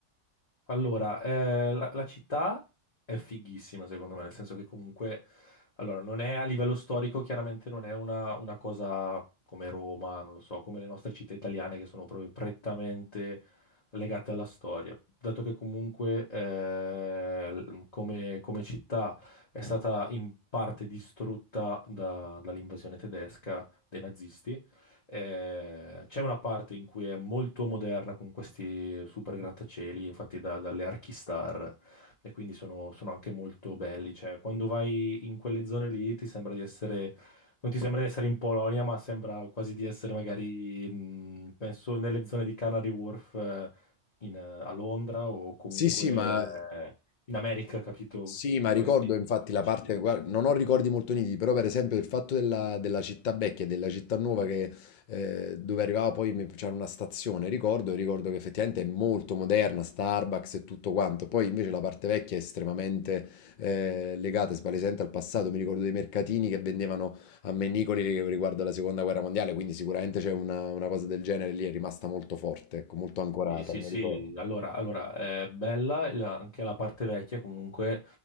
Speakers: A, on the left; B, on the left.
A: Allora, eh, la, la città è fighissima, secondo me, nel senso che comunque, allora, non è a livello storico, chiaramente non è una, una cosa come Roma, non lo so, come le nostre città italiane che sono proprio prettamente legate alla storia. Dato che comunque eh, l- come, come città è stata in parte distrutta da- dall'invasione tedesca dei nazisti, eh, c'è una parte in cui è molto moderna con questi super grattacieli fatti da- dalle Archistar e quindi sono, sono anche molto belli. Cioè, quando vai in quelle zone lì ti sembra di essere, non ti sembra di essere in Polonia, ma sembra quasi di essere magari, mh, penso, nelle zone di Canary Wharf eh, in, eh, a Londra o comunque
B: Sì, sì, ma
A: eh, in America, capito?
B: Sì, ma
A: In
B: ricordo
A: questi
B: infatti
A: grattacieli.
B: la parte, guarda, non ho ricordi molto nitidi, però per esempio il fatto della, della città vecchia e della città nuova che, eh, dove arrivava poi mi- c'era una stazione, ricordo, ricordo che effettivamente è molto moderna, Starbucks e tutto quanto, poi invece la parte vecchia è estremamente eh, legata, spalesente al passato, mi ricordo dei mercatini che vendevano a Mennicoli che- riguardo alla seconda guerra mondiale, quindi sicuramente c'è una, una cosa del genere lì, è rimasta molto forte, ecco, molto ancorata,
A: Sì, sì,
B: me
A: sì,
B: lo ricordo.
A: allora, allora è bella la- anche la parte vecchia comunque,